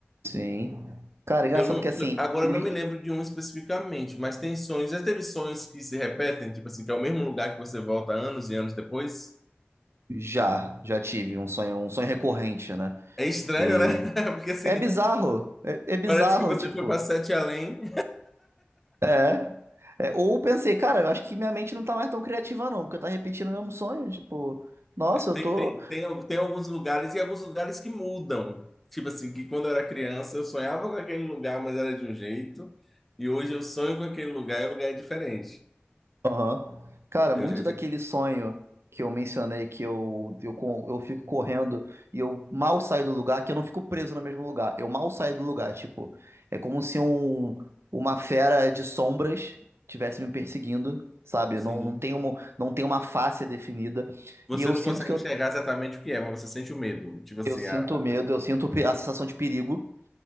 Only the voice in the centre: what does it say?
Eu não,
agora
eu não
me lembro de um especificamente, mas tem sonhos. Já teve sonhos que se repetem, tipo assim, que é o mesmo lugar que você volta anos e anos depois?
É estranho,
né? <laughs> Porque assim,
parece que você
foi para sete além.
Tem,
tem, tem, al- tem alguns lugares e alguns lugares que mudam. Tipo assim, que quando eu era criança eu sonhava com aquele lugar, mas era de um jeito. E hoje eu sonho com aquele lugar e o lugar é diferente.
Eu-
eu-
sim.
Você
não
consegue
enxergar exatamente o que é, mas você sente o medo. Tipo assim,
a- a-